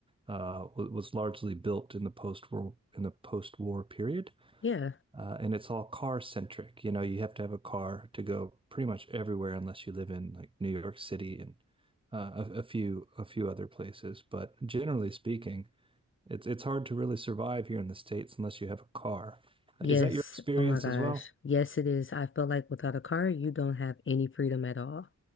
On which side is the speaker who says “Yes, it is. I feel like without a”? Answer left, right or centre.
Left